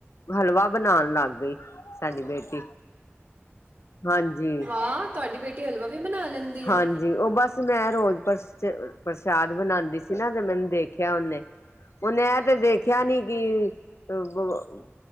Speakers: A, on the left; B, on the right.
A: ਹਲਵਾ ਬਣਾਉਣ ਲੱਗ ਗਈ, ਸਾਡੀ ਬੇਟੀ, ਹਾਂਜੀ
B: ਆਹ, ਤੁਹਾਡੀ ਬੇਟੀ ਹਲਵਾ ਵੀ ਬਣਾ ਲੈਂਦੀ ਆ
A: ਹਾਂਜੀ, ਉਹ ਬਸ ਮੈਂ ਰੋਜ਼ ਪਰਸ 'ਚ ਅ ਪ੍ਰਸ਼ਾਦ ਬਣਾਉਂਦੀ ਸੀ ਨਾ, ਤੇ ਮੈਨੂੰ ਦੇਖਿਆ ਉਹਨੇ ਉਹਨੇ ਇਹ ਤੇ ਦੇਖਿਆ ਨੀ ਕਿ, ਅ, ਬ, ਅ